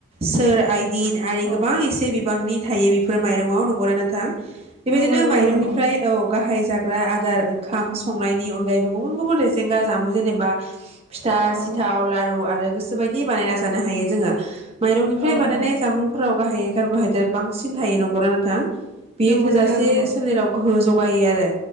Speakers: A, on the right; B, on the right.
A: सोर आइ दिन आरो
B: औ
A: गोबां एसे। गोबांनि थायो बेफोर माइरंआव नंगौना नोंथां? बेबायदिनो
B: नंगौ नोंथां
A: माइरंनिफ्राय
B: नंगौ
A: औ। गाहाय जाग्रा आदार ओंखाम संनायनि अनगायैबो गुबुन गुबुन रेजेंगा जामुं जेनेबा। फिथा
B: औ
A: सिथाव लारु आरो। बे बादि बानायना जानो हायो जोङो। माइरंनिफ्राय
B: औ
A: बानायनाय
B: औ
A: जामुंफोराव गाहायै खारब'हाय देर बांसिन थायो नंगौ ना नोंथां? बेयो
B: नंगौ
A: थोजासे
B: नोंथां नंगौ
A: सोलेराव गोहो ज गायो आरो